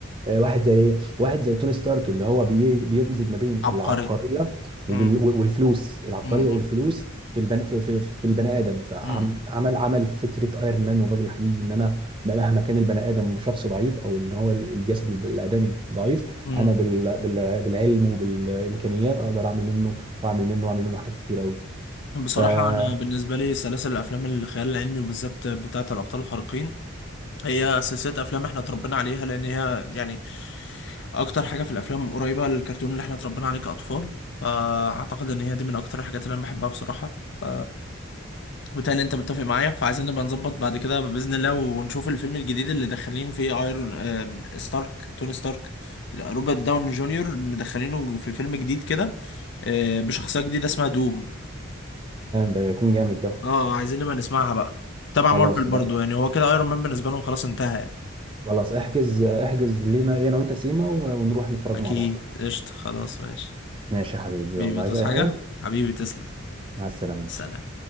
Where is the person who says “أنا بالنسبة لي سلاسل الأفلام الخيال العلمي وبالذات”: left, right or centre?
Left